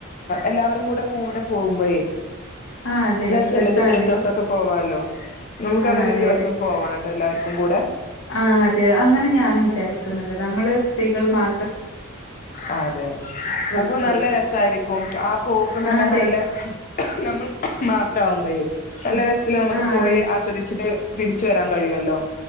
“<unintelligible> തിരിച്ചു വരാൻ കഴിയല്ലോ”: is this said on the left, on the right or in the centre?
Left